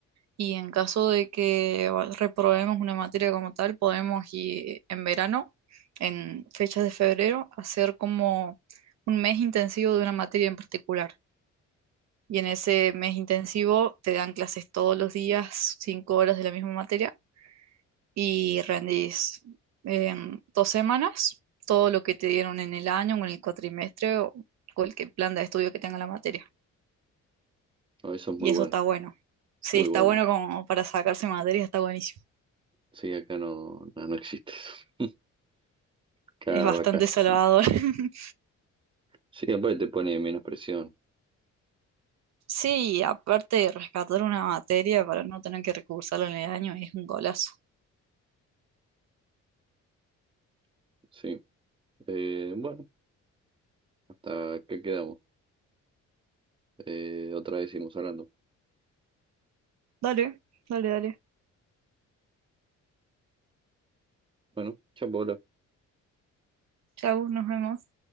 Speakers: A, on the right; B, on the right.
A: y en caso de que va- reprobemos una materia como tal, podemos ir en verano, en fechas de febrero, hacer como un mes intensivo de una materia en particular. Y en ese mes intensivo te dan clases todos los días, cinco horas de la misma materia y rendís en dos semanas todo lo que te dieron en el año o en el cuatrimestre o cualquier plan de estudio que tenga la materia.
B: No, eso es muy
A: Y
B: bueno,
A: eso está bueno. Sí,
B: muy
A: está
B: bueno.
A: bueno como para sacarse materia, está buenísimo.
B: Sí, acá no, no, no existe eso. <laughs> Cada
A: Es bastante
B: vacación.
A: salvador. <laughs>
B: Sí, aparte te pone menos presión.
A: Sí, aparte rescatar una materia para no tener que recursarlo en el año, es un golazo.
B: Sí. Eh, bueno, hasta que quedamos. Eh, otra vez seguimos hablando.
A: Dale, dale, dale.
B: Bueno, chao, Paola.
A: Chau, nos vemos.